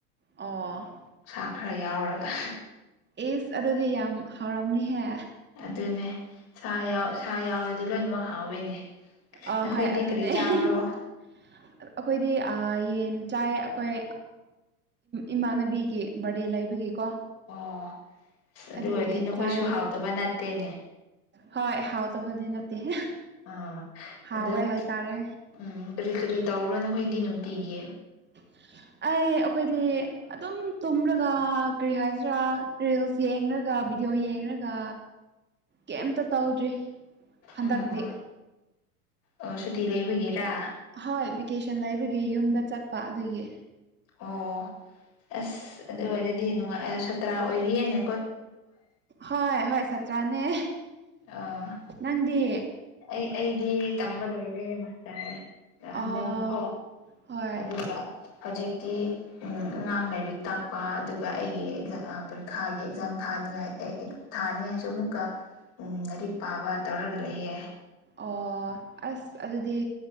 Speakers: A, on the right; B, on the left.
A: ꯑ
B: ꯁꯥ ꯈꯔ ꯌꯥꯎꯔꯒ
A: ꯑꯦꯁ ꯑꯗꯨꯗꯤ ꯌꯥꯝ ꯍꯥꯎꯔꯝꯅꯤꯍꯦ
B: ꯑꯗꯨꯅꯦ ꯁꯥ ꯌꯥ ꯁꯥ ꯌꯥꯎꯔꯗꯤ ꯂꯣꯏꯅꯃꯛ ꯍꯥꯎꯋꯤꯅꯦ
A: ꯑ
B: ꯅꯈꯣꯏꯗꯤ
A: ꯍꯣꯏ ꯑꯗꯨꯅꯦ
B: ꯀꯔꯤ ꯆꯥꯕ꯭ꯔꯣ
A: ꯑꯩꯈꯣꯏꯗꯤ ꯌꯦꯟ ꯆꯥꯏ ꯑꯩꯈꯣꯏ ꯏꯃꯥꯟꯅꯕꯤꯒꯤ ꯕꯔꯗꯦ ꯂꯩꯕꯒꯤ ꯀꯣ
B: ꯑꯣ ꯑꯁ ꯑꯗꯨ
A: ꯑꯗꯨꯒꯤ
B: ꯑꯣꯏꯔꯗꯤ ꯅꯈꯣꯏꯁꯨ
A: ꯆꯥꯏ
B: ꯍꯥꯎꯇꯕ ꯅꯠꯇꯦꯅꯦ
A: ꯍꯣꯏ ꯍꯥꯎ ꯇꯕꯗꯤ ꯅꯠꯇꯦ
B: ꯑꯥ
A: ꯍꯥꯎꯋꯦ
B: ꯑꯗ
A: ꯍꯥꯏꯇꯥꯔꯦ
B: ꯎꯝ ꯀꯔꯤ ꯀꯔꯤ ꯇꯧꯕ꯭ꯔꯥ ꯅꯈꯣꯏꯗꯤ ꯅꯨꯡꯇꯤꯒꯤ
A: <inaudible> ꯑꯩ ꯑꯩꯈꯣꯏꯗꯤ ꯑꯗꯨꯝ ꯇꯨꯝꯔꯒ ꯀꯔꯤ ꯍꯥꯏꯁꯤꯔꯥ ꯔꯤꯜꯁ ꯌꯦꯡꯒ ꯚꯤꯗꯤꯑꯣ ꯌꯦꯡꯔꯒ ꯀꯩꯝꯇ ꯇꯧꯗ꯭ꯔꯤ ꯍꯟꯗꯛꯇꯤ
B: ꯎꯝ ꯑꯣ ꯁꯨꯇꯤ ꯂꯩꯕꯒꯤꯔꯥ
A: ꯍꯣꯏ ꯚꯦꯀꯦꯁꯟ ꯂꯩꯕꯒꯤ ꯌꯨꯝꯗ ꯆꯠꯄ ꯑꯗꯨꯒꯤ
B: ꯑꯣ ꯑꯁ ꯑꯗꯨ ꯑꯣꯏꯔꯗꯤ ꯅꯨꯡꯉꯥꯏ ꯁꯥꯇ꯭ꯔꯥ ꯑꯣꯏꯔꯤꯌꯦꯅꯦ
A: ꯍꯣꯏ ꯍꯣꯏ ꯁꯥꯠꯇ꯭ꯔꯥꯅꯦ
B: ꯑꯥ
A: ꯅꯪꯗꯤ
B: ꯑꯩ ꯑꯩꯗꯤ ꯇꯝꯕ ꯂꯣꯏꯔꯦ ꯍꯥꯏꯇꯥꯔꯦ
A: ꯑꯣ
B: ꯍꯟꯗꯛꯅꯀꯣ
A: ꯍꯣꯏ
B: ꯑꯗꯨꯒ ꯍꯧꯖꯤꯛꯇꯤ ꯑꯉꯥꯡ ꯂꯥꯏꯔꯤꯛ ꯇꯥꯛꯄ ꯑꯗꯨꯒ ꯑꯩꯒꯤ ꯑꯦꯛꯖꯥꯝ ꯄꯔꯤꯈꯥꯒꯤ ꯑꯦꯛꯖꯥꯝ ꯊꯥꯅꯤꯡꯉꯥꯏ ꯊꯥꯅꯤ ꯍꯥꯏꯁꯨ ꯑꯃꯨꯛꯀ ꯂꯥꯏꯔꯤꯛ ꯄꯥꯕ ꯇꯧꯔꯒ ꯂꯩꯌꯦ
A: ꯑꯣ ꯑꯁ ꯑꯗꯨꯗꯤ